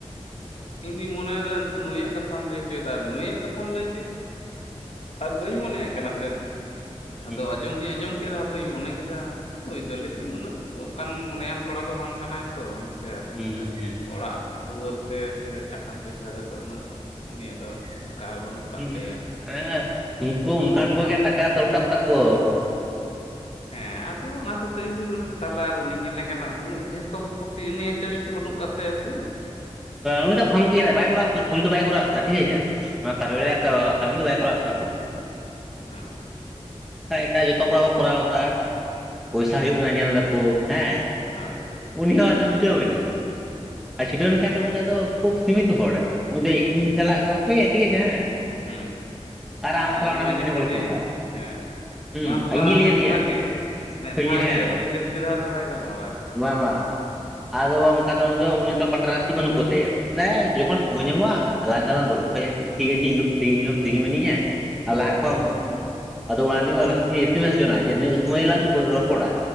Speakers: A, on the left; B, in the centre.
A: ᱤᱧᱫᱩᱧ ᱢᱚᱱᱮᱭᱮᱫᱟ ᱱᱩᱭᱟᱜ ᱠᱟᱛᱷᱟᱢ ᱞᱟᱹᱭ ᱦᱚᱪᱚᱭᱮᱫᱟ ᱱᱩᱭᱟᱜ ᱠᱟᱛᱷᱟᱢ ᱞᱟᱹᱭ ᱦᱚᱪᱚᱭᱮᱫ ᱟᱨ ᱵᱟᱹᱧ ᱢᱚᱱᱮᱭᱟᱜ ᱠᱟᱱᱟ ᱥᱮ
B: ᱦᱩᱸ
A: ᱟᱫᱚ ᱟᱸᱡᱚᱢ ᱫᱩᱧ ᱟᱸᱡᱚᱢ ᱠᱮᱫ ᱨᱮᱦᱚᱸ ᱫᱚᱧ ᱢᱚᱱᱮ ᱠᱮᱫᱟ ᱱᱩᱭ ᱫᱚ ᱞᱟ. ᱭ ᱫᱤᱧ ᱩᱱᱟᱹᱜ ᱚᱱᱠᱟᱱ ᱢᱚᱱᱮᱭᱟᱱ ᱠᱚᱲᱟ ᱫᱚ ᱵᱟᱝ ᱠᱟᱱᱟᱭ ᱛᱚ ᱦᱮᱸᱥᱮ ᱟᱫᱚᱧ
B: ᱦᱩᱸ
A: ᱞᱟ. ᱭᱫᱟ
B: ᱦᱩᱸ
A: ᱚᱲᱟᱜ ᱫᱩᱣᱟᱹᱨ ᱛᱮ ᱥᱮ ᱴᱟᱠᱟ ᱯᱚᱭᱥᱟ ᱛᱮᱫᱚ ᱩᱱᱟᱹᱜ ᱩᱱᱤᱭᱟᱜ ᱫᱚ ᱚᱱᱠᱟ ᱵᱟᱹᱱᱩᱜ ᱠᱟᱜ
B: ᱩ
A: ᱛᱟᱭᱟ
B: ᱮ ᱩᱱᱠᱩ
A: ᱚᱵᱷᱟᱵ
B: ᱚᱱᱠᱟᱱ ᱠᱚᱜᱮ ᱴᱟᱠᱟ ᱫᱚᱨᱠᱟᱨ ᱛᱟᱠᱚ
A: ᱦᱮᱸ ᱟᱫᱚ ᱚᱱᱟᱦᱚᱛᱮᱡ ᱛᱮ ᱤᱧ ᱫᱚᱧ ᱢᱮᱱᱮ ᱞᱮᱫᱟ ᱛᱟᱦᱞᱮ ᱟᱨ ᱩᱱᱤᱧ ᱧᱮᱞ ᱞᱮ ᱜᱮ ᱱᱟᱜ ᱩᱱᱟᱹᱜ ᱡᱷᱚᱛᱚ ᱥᱟᱯᱚᱛᱤ ᱤᱱᱴᱟᱨᱮᱥ ᱵᱟᱹᱱᱩᱜ ᱠᱟᱜ ᱛᱟᱭᱟ ᱥᱮᱭᱟ
B: ᱩᱱᱤ ᱫᱚ ᱯᱷᱟᱢ ᱪᱤᱭᱮᱫᱟᱭ ᱵᱟᱭ ᱠᱚᱨᱟᱣᱮᱫ ᱛᱟᱦᱮᱱᱟ ᱯᱩᱭᱞᱩ ᱫᱚ ᱵᱟᱭ ᱠᱚᱨᱟᱣᱮᱫ ᱛᱟᱦᱮᱱ ᱴᱷᱤᱠ ᱟᱪᱮ ᱚᱱᱟ ᱠᱟᱨᱭᱟ ᱛᱚ ᱠᱟᱹᱢᱤ ᱫᱚ ᱵᱟᱭ ᱠᱚᱨᱟᱣᱮᱫ ᱛᱟᱦᱮᱱᱟ <inaudible>
A: ᱚᱸ
B: ᱮᱴᱟᱜ ᱮᱴᱟᱜ ᱡᱚᱛᱚ ᱠᱚᱲᱟ ᱠᱚ ᱠᱚᱨᱟᱣ ᱫᱟ ᱯᱚᱭᱥᱟ
A: ᱦᱩᱸ
B: ᱦᱩᱭᱩᱜ ᱠᱟᱱᱟ ᱧᱮᱞ ᱫᱟ ᱠᱚ ᱦᱮᱸ
A: ᱦᱳᱭ ᱦᱳᱭ
B: ᱩᱱᱤ ᱦᱚᱸ ᱟᱫᱚ ᱪᱷᱩᱴᱟᱹᱣ ᱮᱱᱟᱭ
A: ᱦᱮᱸ
B: ᱟᱨ ᱪᱷᱩᱴᱟᱹᱣ ᱞᱮᱠᱷᱟᱱ
A: ᱚᱱᱟ
B: ᱫᱚ ᱩᱱᱤ
A: ᱦᱤᱥᱟᱹᱵ
B: ᱫᱚ ᱟᱫᱚ ᱠᱷᱩᱵ ᱥᱤᱢᱤᱛᱚ ᱦᱚᱲ ᱩᱱᱤ ᱫᱚ ᱤᱧ ᱥᱟᱞᱟᱜ
A: ᱦᱩᱸ
B: ᱜᱚᱞᱯᱚᱭᱟᱭ ᱴᱷᱤᱠ ᱟᱪᱮ ᱦᱮᱸ,
A: ᱦᱩᱸ
B: ᱟᱢ
A: ᱟᱨ
B: ᱥᱟᱞᱟᱜ
A: ᱤᱧ
B: ᱚᱱᱟ
A: ᱢᱟᱡᱷᱮ
B: ᱢᱤᱫ ᱫᱤᱱᱮ ᱜᱚᱞᱯᱷᱚ
A: ᱥᱟᱡᱮᱧ
B: ᱠᱟᱜ
A: ᱦᱮᱸ
B: ᱦᱩᱸ
A: ᱢᱟ ᱦᱚᱞᱟ
B: ᱤᱧᱤᱧ
A: ᱦᱚᱸ
B: ᱞᱟᱹᱭ
A: ᱢᱤᱫ
B: ᱟᱫᱮᱭᱟ
A: ᱫᱷᱟᱣ ᱜᱮ ᱢᱮᱫ
B: ᱦᱮᱸ
A: ᱫᱷᱟᱣ ᱜᱮ ᱩᱱᱤ ᱡᱟᱹᱥᱛᱤ ᱫᱷᱟᱣ ᱫᱚ ᱵᱟᱭ ᱜᱟᱞᱢᱟᱨᱟᱣᱟ ᱩᱱᱤ
B: ᱵᱟᱝ
A: ᱫᱚ
B: ᱵᱟᱝ ᱟᱫᱚ ᱚᱱᱠᱟ ᱫᱚ
A: ᱦᱩᱸ
B: ᱩᱱᱤ ᱫᱚ ᱩᱱᱤ ᱫᱚ ᱯᱟᱴᱨᱟᱥᱤ ᱵᱟᱹᱱᱩᱜ ᱠᱚ ᱛᱟᱭᱟ <inaudible> ᱡᱚᱠᱷᱚᱱ
A: ᱦᱩᱸ
B: ᱥᱚᱢᱚᱭ ᱧᱟᱢᱚᱜ-ᱟ ᱟᱞᱟᱝ ᱜᱮᱞᱟᱝ ᱜᱚᱞᱯᱚᱭᱟ ᱴᱷᱤᱠ ᱟᱪᱮ ᱤᱧ ᱫᱚ ᱯᱷᱨᱤ ᱦᱚᱸ ᱯᱷᱨᱤ ᱜᱮ ᱢᱤᱱᱟᱹᱧ-ᱟ ᱟᱨ ᱞᱟᱦᱟ ᱠᱷᱚ
A: ᱦᱩᱸ
B: <inaudible> ᱩᱱᱟᱹᱜ ᱟᱫᱚ ᱚᱱᱟᱞᱤᱭᱮ ᱢᱟ ᱞᱟᱦᱟ ᱛᱮᱞᱤᱧ ᱮᱥᱮᱢᱮᱥ ᱡᱚᱱᱟ ᱡᱮ ᱱᱤᱱᱟᱹᱜ ᱥᱚᱢᱚᱭ ᱞᱟᱝ ᱨᱚᱯᱚᱲᱟ